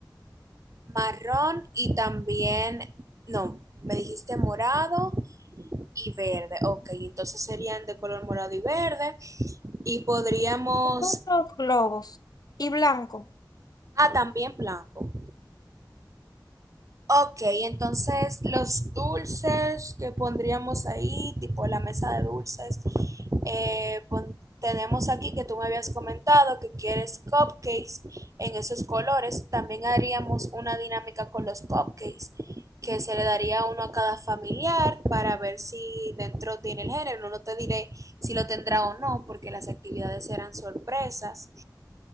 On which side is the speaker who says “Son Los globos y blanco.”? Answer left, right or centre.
Left